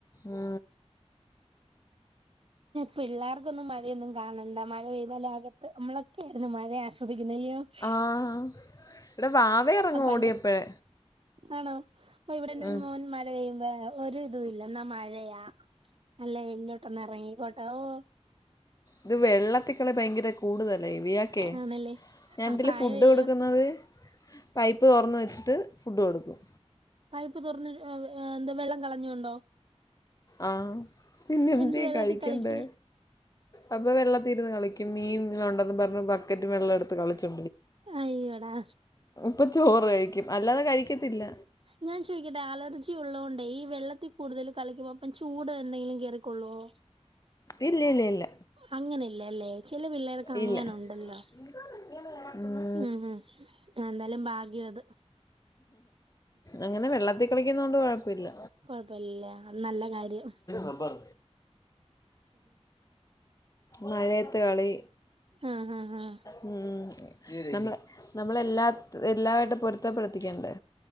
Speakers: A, on the left (about 30°); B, on the right (about 55°).
A: ഉ.
B: പിള്ളേർക്കൊന്നും മഴയൊന്നും കാണണ്ട മഴ പെയ്താലകത്ത് നമ്മളൊക്കെയയിരുന്നു മഴ ആസ്വാ- <unintelligible>
A: ആഹ് ഇവിടെ വാവ ഇറങ്ങും
B: പണ്ട്
A: ഓടിയപ്പോഴേ
B: ആണോ അപ്പൊ ഇവിടെ ണ്ടൊരു
A: ഉം.
B: മോൻ മ പെയ്പ ഒരു ഇതുല്ല ന്നാ മഴയാ അല്ല.. മുന്നോട്ടന്ന് ഇറങ്ങിക്കോട്ട വോ..
A: ഇത് വെള്ളത്തിക്കളി ഭയങ്കര കൂടുതല്ലേ ഇവക്കെ
B: ആണല്ലേ
A: ഞാൻ
B: ആ
A: എന്തൽ
B: പ്രായമല്ലയോ
A: ഫുഡ് കൊടുക്കുന്നത് പൈപ്പ് തുറന്ന് വെച്ചിട്ട് ഫുഡ് കൊടുക്കും
B: പൈപ്പ് തുറന്ന് ഏഹ് എന്താ വെള്ളം കളഞ്ഞൊണ്ടോ
A: ആഹ് പിന്നെ എന്തേ
B: എന്ത് വെള്ളത്തിൽ
A: കഴിക്കണ്ടേ
B: കളിക്കൂ
A: അപ്പൊ വെള്ള തീരുന്ന് കളിക്കും മീൻ ഇണ്ടെന്ന് പറഞ്ഞ ബക്കറ്റും വെള്ളം എടുത്ത് കളിച്ചോ
B: അയ്യോടാ
A: ഇപ്പം ചോറ് കഴിക്കും അല്ലാതെ കഴിക്കത്തില്ല
B: ഞാൻ ചോദിക്കട്ടെ അലർജി ഉള്ളതോണ്ടേ ഈ വെള്ളത്തിൽ കൂടുതൽ കളിക്കുമ്പോ അപ്പം ചൂട് എന്തെങ്കിലും കയറക്കുള്ളുവോ?
A: ഇല്ല ഇല്ല ഇല്ല
B: അങ്ങനെല്ലേല്ലേ ചില പിള്ളേർക്ക് അങ്ങനെ
A: ഇല്ല
B: ഉണ്ടല്ലോ
A: <unintelligible>
B: ഉം ഉം എന്തായാലും ഭാഗ്യം അത്
A: അങ്ങനെ വെള്ളത്തി കളിക്കുന്ന കൊണ്ട് കൊഴപല്ല
B: കുഴപ്പില്ല അത് നല്ല കാര്യം
A: റബ്ബർ മഴയത്തുകളി
B: ആഹ് ആഹ് ആഹ്
A: മ നമ്മ നമ്മളെല്ലാ എല്ലാവമായിട്ട് പൊരുത്തപ്പെടത്തിക്കേണ്ടേ?